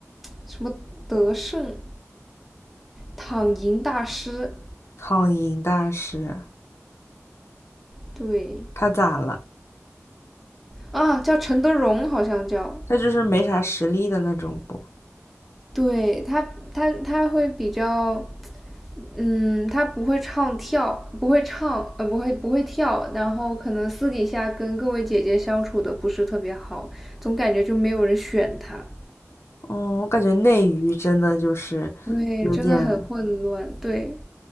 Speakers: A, in the centre; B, on the left (about 60°).
A: 什么德胜躺赢大师，
B: 苍蝇大师，
A: 对
B: 他咋了？
A: 啊，叫陈德容，好像叫，
B: 他就是没啥实力的那种不？
A: 对他，他他会比较，嗯，他不会唱跳，不会唱，呃，不会不会跳，然后可能私底下跟各位姐姐相处的不是特别好，总感觉就没有人选他。
B: 嗯，我感觉内娱真的就是有点，
A: 对，真的很混乱。对，